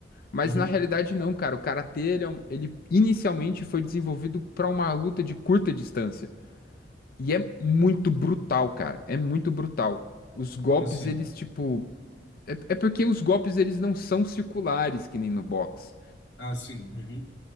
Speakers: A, on the left; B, on the left.
A: Mas
B: Uhum.
A: na realidade não, cara. O karatê, ele, é um- ele inicialmente foi desenvolvido pra uma luta de curta distância. E é muito brutal, cara. É muito brutal. Os golpes,
B: Como assim?
A: eles, tipo... É, é porque os golpes, eles não são circulares, que nem no boxe,
B: Ah, sim. Uhum.